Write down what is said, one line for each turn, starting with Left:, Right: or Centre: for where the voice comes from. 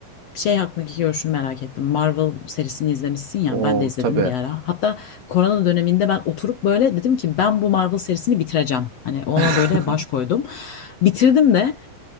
Left: şey hakkındaki görüşünü merak ettim. Marvel serisini izlemişsin ya
Right: O
Left: ben de izledim
Right: tabii.
Left: bir ara. Hatta korona döneminde ben oturup böyle dedim ki ben bu Marvel serisini bitireceğim. Hani ona
Right: <laughs>
Left: böyle baş koydum. Bitirdim de